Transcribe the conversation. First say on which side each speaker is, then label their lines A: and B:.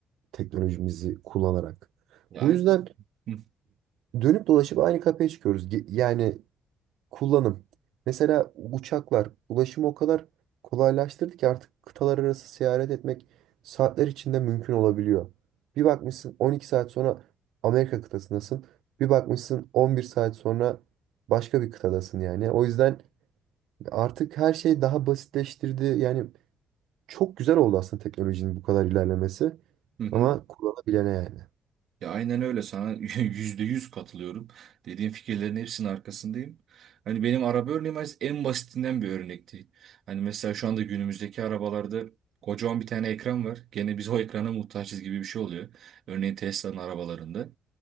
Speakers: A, on the right; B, on the right.
A: teknolojimizi kullanarak.
B: Ya
A: Bu
B: aynen.
A: yüzden
B: Hı
A: dönüp dolaşıp aynı kapıya çıkıyoruz. Ge- Yani kullanım. Mesela uçaklar ulaşımı o kadar kolaylaştırdı ki artık kıtalar arası seyahat etmek saatler içinde mümkün olabiliyor. Bir bakmışsın 12 saat sonra Amerika kıtasındasın. Bir bakmışsın 11 saat sonra başka bir kıtadasın yani. O yüzden artık her şey daha basitleştirdi. Yani çok güzel oldu aslında teknolojinin bu kadar ilerlemesi.
B: hı.
A: Ama kullanabilene yani.
B: Ya aynen öyle sana <laughs> yüzde yüz katılıyorum. Dediğin fikirlerin hepsinin arkasındayım. Hani benim araba örneğim az- en basitinden bir örnekti. Hani mesela şu anda günümüzdeki arabalarda kocaman bir tane ekran var. Gene biz o ekrana muhtaçız gibi bir şey oluyor. Örneğin Tesla'nın arabalarında.